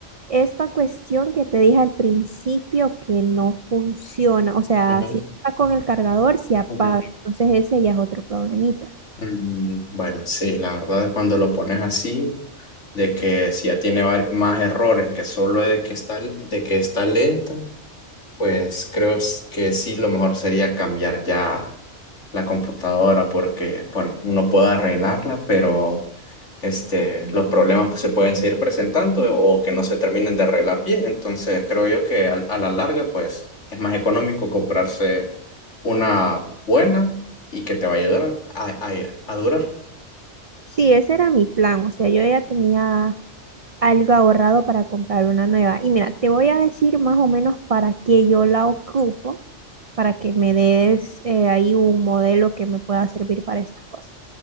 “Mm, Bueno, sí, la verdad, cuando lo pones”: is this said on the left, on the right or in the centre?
Left